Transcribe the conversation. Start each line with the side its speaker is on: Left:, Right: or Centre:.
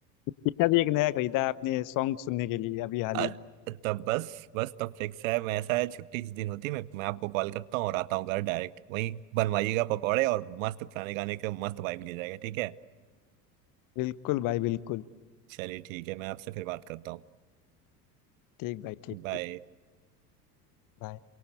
Left: स्पीकर भी एक नया खरीदा है अपने सॉन्ग सुनने के लिए अभी हाल
Right: अ-
Left: ही में।
Right: तब बस बस तब फिक्स है मैं ऐसा है छुट्टी जिस दिन होती है मैं मैं आपको कॉल करता हूँ और आता हूँ घर डायरेक्ट वहीं बनवाइएगा पकौड़े और मस्त पुराने गाने के मस्त वाइब ले जाएगा ठीक है
Left: बिल्कुल भाई बिल्कुल
Right: चलिए ठीक है मैं आपसे फिर बात करता हूँ
Left: ठीक भाई ठीक
Right: बाय
Left: ठीक भाई